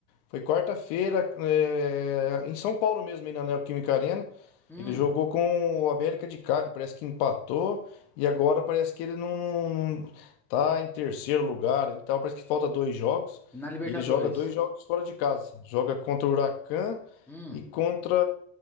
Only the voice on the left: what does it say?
foi quarta-feira, é, em São Paulo mesmo, aí na Neoquímica Arena.
Ele jogou com o América de Cali, parece que empatou. E agora parece que ele não, não- não- tá em terceiro lugar. Ele tá, parece que falta dois jogos.
E ele joga dois jogos fora de casa. Joga contra o Huracan
e contra,